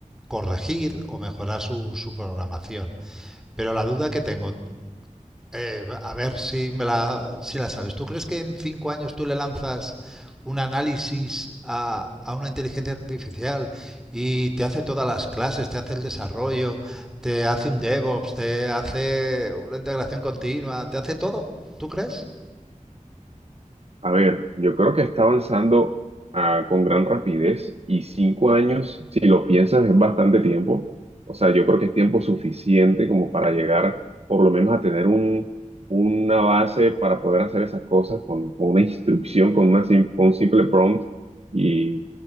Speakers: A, in the centre; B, on the right.
A: corregir o mejorar su, su programación. Pero la duda que tengo, eh, a ver si me la, si la sabes. ¿Tú crees que en cinco años tú le lanzas un análisis a, a una inteligencia artificial y te hace todas las clases, te hace el desarrollo, te hace un DevOps, te hace una integración continua, te hace todo? ¿Tú crees?
B: A ver, yo creo que está avanzando ah, con gran rapidez y cinco años, si lo piensas, es bastante tiempo. O sea, yo creo que es tiempo suficiente como para llegar por lo menos a tener un, una base para poder hacer esas cosas con, con una instrucción, con, una, sim- con un simple prompt. Y